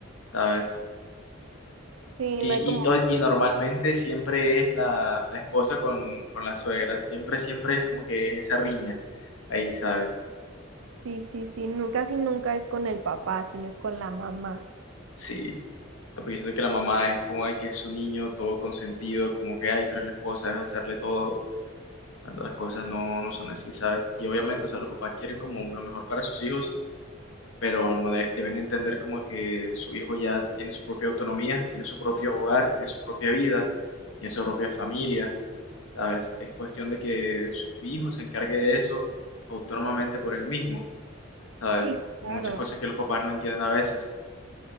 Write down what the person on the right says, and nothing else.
Sí,
no hay como,
sí, sí, sí, nunca, casi nunca es con el papá, sino es con la mamá.
Sí, claro.